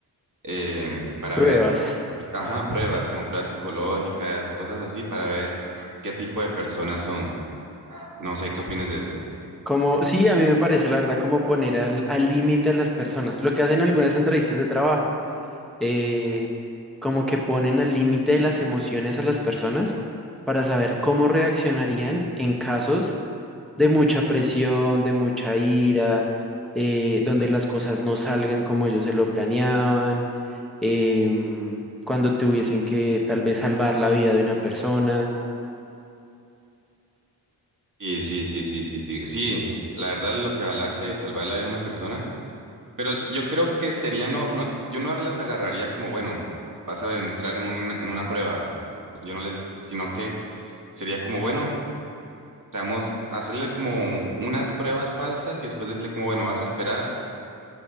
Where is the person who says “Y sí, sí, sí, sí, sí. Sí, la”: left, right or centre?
Right